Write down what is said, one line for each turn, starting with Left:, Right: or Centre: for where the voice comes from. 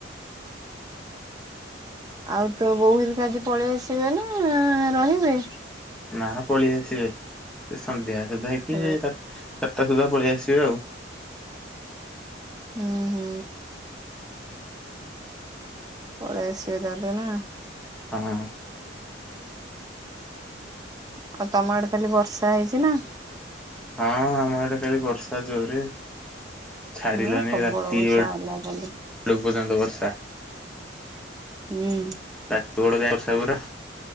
Right: ଆଉ ତ ବୋଉ ହେରିକା ଆଜି ପଳେଇ ଆସିବେ ନା ରହିବେ।
Centre: ନା ପଳେଇ ଆସିବେ ସେ ସନ୍ଧ୍ୟା ସୁଦ୍ଧା କି
Right: ପଳେଇ
Centre: ସାତ୍ ତୁଟା ସୁଦ୍ଧା ପଳେଇ ଆସିବେ ଆଉ।
Right: ହୁଁ ହୁଁ। ପଳେଇ ଆସିବେ ଦେବେ ନା।
Centre: ହଁ ହଁ।
Right: ଆଉ ତମ ଆଡେ କାଲି ବର୍ଷା ହେଇଚି ନା?
Centre: ହଁ ଆମ ଏଡେ କାଲି ବର୍ଷା ଜୋର୍ ରେ। ଛାଡିଲାନି
Right: ହଁ ପ୍ରବଳ
Centre: ରାତି
Right: ବର୍ଷା
Centre: ବେଳ
Right: ହେଲା କାଲି।
Centre: ଜଉ ପର୍ଯ୍ୟନ୍ତ ବର୍ଷା।
Right: ହୁଁ।
Centre: ତାକୁ ବଡ ଯାଏଁ ବର୍ଷା ପୁରା